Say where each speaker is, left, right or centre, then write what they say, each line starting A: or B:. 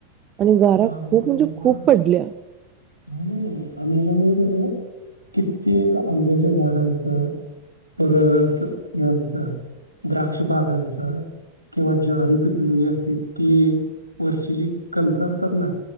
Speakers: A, on the right; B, on the right.
A: आणि गारा
B: आम्ही
A: खूप
B: एवढं-
A: म्हणजे खूप
B: हा
A: पडल्या
B: आणि हेच्यामुळे कित्येक आंब्याच्या झाडांच परत यांचा द्राक्ष बागांच किंवा ज्वारी पिकलेली असते ते वर्षी ज कणस असतात ना